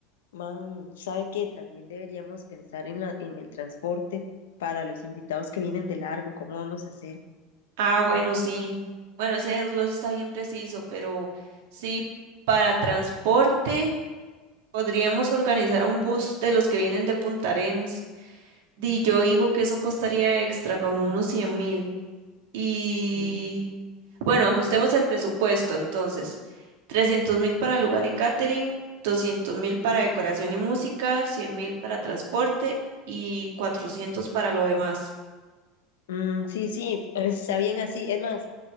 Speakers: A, on the left; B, on the right.
A: Man, ¿sabe qué? También deberíamos pensar en la, en el transporte para los invitados que vienen de largo, ¿cómo vamos a hacer?
B: Ah, bueno, sí. Bueno, ese desglose está bien preciso, pero sí, para transporte podríamos organizar un bus de los que vienen de Punta Arenas. Y yo digo que eso costaría extra, como unos cien mil. Y
A: Sí.
B: bueno, ajustemos el presupuesto entonces. trescientos mil para lugar y catering, doscientos mil para decoración y música, cien mil para transporte y 400 para lo demás.
A: Mm, sí, sí, está bien así. Es más,